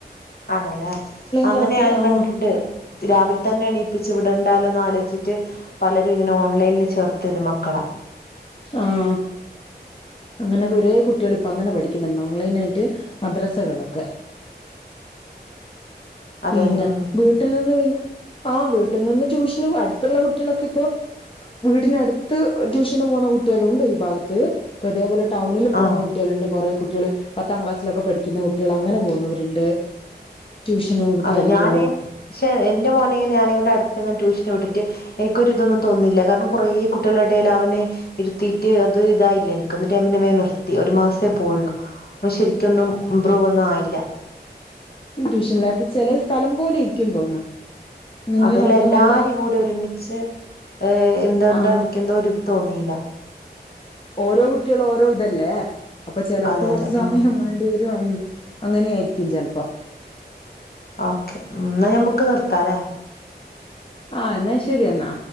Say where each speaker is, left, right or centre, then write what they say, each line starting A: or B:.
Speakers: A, on the left; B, on the left.
A: ആണല്ലേ അങ്ങനെ
B: ക്ലാസ്
A: ഞാനും
B: ആ
A: കണ്ടിട്ടുണ്ട് രാവിലെ തന്നെ എണീപ്പിച്ച് വിടണ്ടാലോന്ന് ആലോചിച്ചിട്ട് പലരും ഇങ്ങനെ ഓൺലൈനിൽ ചേർത്തിയത് മക്കളാ
B: ആഹ് അങ്ങനെ കൊറേ കുട്ടികൾ ഇപ്പൊ അങ്ങനെ പഠിക്കുന്നുണ്ട് ഓൺലൈൻ ആയിട്ട് മദ്രസകളൊക്കെ
A: അതെ
B: പിന്നെ
A: അതെ ഉം
B: വീട്ടിൽ നിന്ന് പിന്നെ ആഹ് വീട്ടിൽ നിന്ന് ട്യൂഷന് അടുത്തുള്ള കുട്ടികളൊക്കെ ഇപ്പോ വീടിനടുത്ത് ട്യൂഷന് പോകുന്ന കുട്ടികളുണ്ട് ഈ ഭാഗത്ത് ഇപ്പ ഇതേപോലെ ടൗണിൽ പോകുന്ന
A: ആ
B: കു ട്ടികളുണ്ട് കുറെേ കുട്ടികൾ പത്താം ക്ലാസ്സിലൊക്കെ പഠിക്കുന്ന കുട്ടികൾ അങ്ങനെ പോകുന്നവരുണ്ട് ട്യൂഷനും
A: അതെ
B: കാര്യങ്ങളിലും
A: ഞാന് പക്ഷെ എൻറെ മോനെ ഞാനേ അടുത്തങ്ങെ ട്യൂഷന് വിട്ടിട്ട് എനിക്കൊരു ഇതൊന്നും തോന്നിയില്ല കാരണം കുറെ കുട്ടികളെ ഇടയില് അവനെ ഇരുത്തീട്ട് അത് ഇതായില്ല എനിക്കെന്നിട്ട് ഞാൻ വേഗം നിർത്തി ഒരു മാസേ പോയുള്ളു ഇവൻ ശെരിക്കൊന്നും ഇംമ്പ്രൂവ് ഒന്നും ആയില്ല
B: ട്യൂഷൻലാത്ത് ചില സ്ഥലം പോലെ ഇരിക്കുംന്ന് തോന്നുന്നു അങ്ങനെയുള്ള
A: അതെല്ലാം
B: നമ്മള്
A: എല്ലാരും
B: നല്ല
A: കൂടി ഒരുമിച്ച് എന്താണ്ട്
B: ആ
A: എനിക്ക് എന്തോ ഒരു ഇത് തോന്നിയില്ല
B: ഓരോ കുട്ടികൾ ഓരോ ഇതല്ലേ അപ്പൊ ചിലർക്ക്
A: അതെ
B: കുറച്ച്
A: അതെ
B: സമയം
A: ഉം
B: വേണ്ടി വരും അങ്ങനെയായിരിക്കും ചിലപ്പോ
A: ഓക്കെ എന്നാ ഞമ്മക്ക് നിർത്താല്ലേ
B: ആഹ് എന്നാ ശെരിയെന്നാ